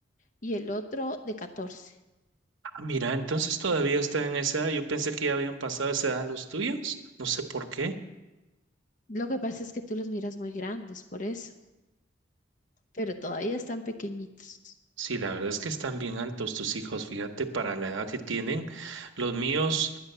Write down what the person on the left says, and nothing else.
y el otro de 14.
Lo que pasa es que tú los miras muy grandes, por eso, pero todavía están pequeñitos.